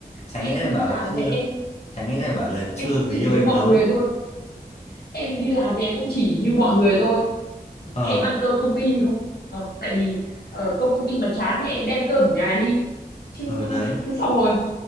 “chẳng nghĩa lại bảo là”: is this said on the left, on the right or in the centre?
Left